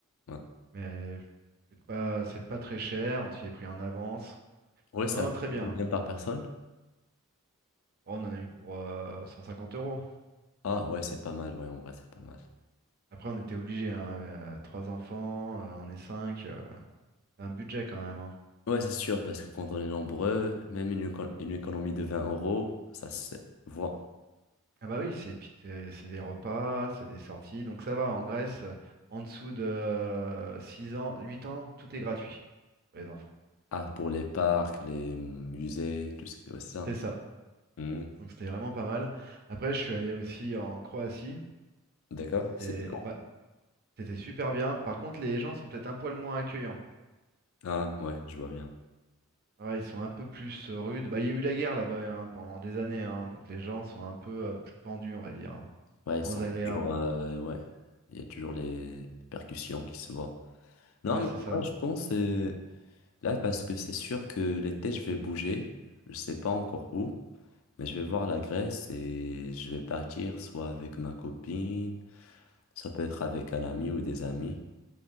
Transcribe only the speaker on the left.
Ouais.
Ouais, ça
coûte
combien par personne?
Ah ouais, c'est pas mal, ouais, en vrai, c'est pas mal.
Ouais, c'est sûr, parce que quand on est nombreux, même une, éco- une économie de 20 euros, ça se voit.
Ah, pour les parcs, les musées, tout ce que ouais, c'est ça.
Hmm.
D'accord,
c'est quand?
Ah ouais, je vois bien.
Ouais, ils
sont
toujours, euh, ouais, il y a toujours les percussions qui se voient. Non,
mais
en
vrai, je pense, euh, là, parce que c'est sûr que l'été, je vais bouger, je sais pas encore où. Mais je vais voir la Grèce et je vais partir soit avec ma copine, ça peut être avec un ami ou des amis.